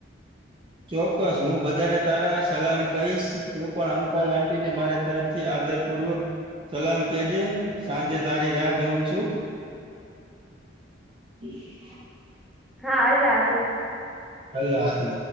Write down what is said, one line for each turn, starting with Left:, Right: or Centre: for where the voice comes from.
Right: ચોક્કસ હું બધાને તારા સલામ કહીશ તું પણ અંકલ આટી ને મારે તરફથી આદર પૂર્વક સલામ કેજે સાંજે તારી રાહ જોઉું છું હ
Centre: હા અલ્લાહ હાફિઝ
Right: અલ્લાહ હાફિ